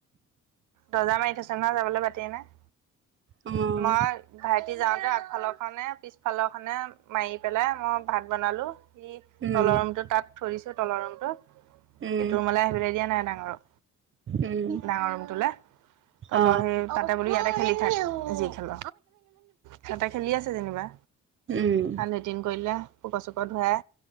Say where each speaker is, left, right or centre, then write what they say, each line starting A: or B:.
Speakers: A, on the right; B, on the right.
A: দৰ্জা মাৰি থৈছে নয় যাবলৈ বাটে নাই
B: উম
A: মই ভাইটি যাওঁতে আগফালৰ খনহে পিছফালৰখনে মাৰি পেলাই মই ভাত বনালো
B: উম
A: তলৰ ৰুমটো তাত থৈ দিছোঁ তলৰ ৰুমটো
B: উম
A: সেইটো ৰুমলৈ আহিবলৈ দিয়া নাই ডাঙৰক
B: উম
A: ডাঙৰ ৰুমটোলে তলৰ
B: অ
A: সেই তাতে বুলি ইয়াতে খেলি থাক যি খেল সিহঁতে খেলি আছে যেনিবা।
B: উম
A: লেট্ৰিন কৰিলে পোক চোক ধুৱাই